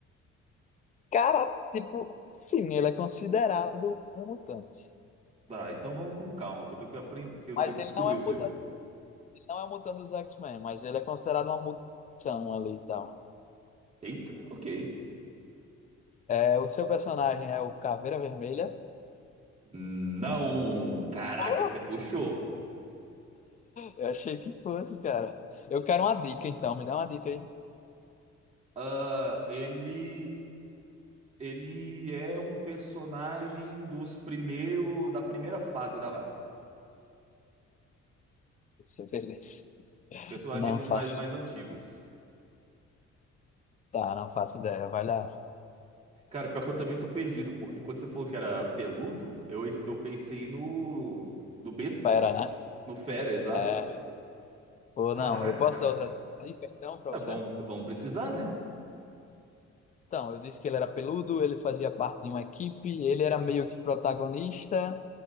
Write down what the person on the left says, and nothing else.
Cara, tipo, sim, ele é considerado um mutante.
Mas
ele
não é
um
mutante, ele não é um mutante dos X-Men, mas ele é considerado uma mutação ali e tal.
É, o seu personagem é o Caveira Vermelha?
Oh,
eu achei que fosse, cara. Eu quero uma dica, então. Me dá uma dica aí.
Isso, beleza.
Não faço.
Tá, não faço ideia. Vai lá.
Espera, né?
É. Ou
não, eu posso dar outra dica, então, pra
você?
Então, eu disse que ele era peludo, ele fazia parte de uma equipe, ele era meio que protagonista,